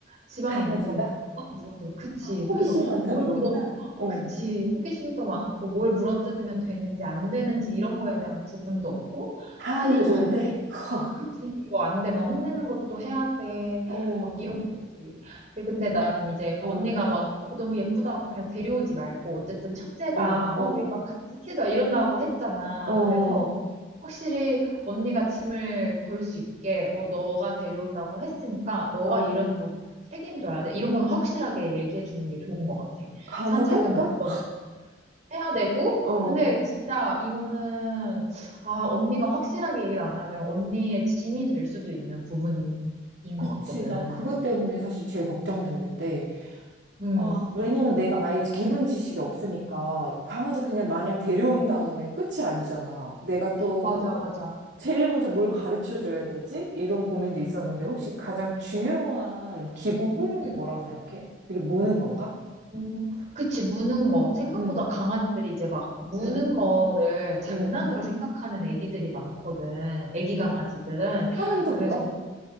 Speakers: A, on the right; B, on the right.
A: 집안에
B: 강아지가?
A: 있는 거 막, 막 물어뜯어. 그치.
B: 아, 호기심이
A: 그래서
B: 많다는
A: 뭘
B: 거구나.
A: 물어,
B: 어.
A: 그치. 호기심도 많고 뭘 물어뜯으면 되는지 안 되는지 이런 거에 대한 구분도 없고
B: 다
A: 그냥
B: 알려줘야
A: 막
B: 돼. <laughs>
A: 그치, 이거 안 되면 혼내는 것도 해야 돼.
B: 어,
A: 막 이런 거지. 근데, 근데 나는 이제
B: 어,
A: 언니가 막 어, 너무 예쁘다고 그냥 데려오지 말고 어쨌든 첫째가
B: 어,
A: 어,
B: 어,
A: 우리 막 같이 키워자 이런다고 했잖아.
B: 어,
A: 그래서 확실히 언니가 짐을 덜 수 있게 어, 너가 데려온다고 했으니까 너가
B: 어.
A: 이런 부분 책임져야 돼. 이런 건 확실하게 얘기해 주는 게 좋은 것 같아.
B: 가능할까?
A: 산책은 몇번 해야 되고,
B: 어.
A: 근데 진짜 이거는, 아, 언니가 확실하게 얘기를 안 하면 언니의 짐이 될 수도 있는 부분인
B: 그치.
A: 것 같거든.
B: 나 그것 때문에 사실 제일 걱정됐는데.
A: 음,
B: 아, 왜냐면 내가 아예 기본 지식이 없으니까 강아지 그냥 마냥 데려온 다음에 끝이 아니잖아. 내가 또
A: 맞아, 맞아.
B: 제일 먼저 뭘 가르쳐 줘야 되지? 이런 고민도 있었는데 혹시 가장 중요한 기본 훈련이
A: 음,
B: 뭐라고 생각해? 그게 무는 건가?
A: 음, 그치, 무는 거. 생각보다
B: 응,
A: 강아지들이 이제 막 무는
B: 응,
A: 거를 장난으로
B: 응.
A: 생각하는 애기들이 많거든. 애기 강아지들은.
B: 사람도
A: 그래서
B: 물어?